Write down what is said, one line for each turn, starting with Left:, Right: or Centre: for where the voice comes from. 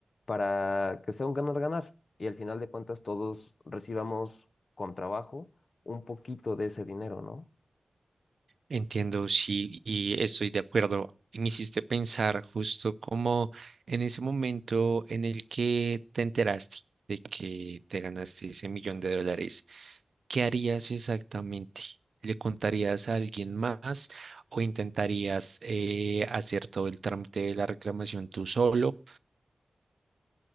Left: para que sea un ganar-ganar. Y al final de cuentas todos recibamos con trabajo un poquito de ese dinero, ¿no?
Right: Entiendo, sí, y estoy de acuerdo. Y Me hiciste pensar justo como en ese momento en el que te enteraste de que te ganaste ese millón de dólares. ¿Qué harías exactamente? ¿Le contarías a alguien más o intentarías eh, hacer todo el trámite de la reclamación tú solo?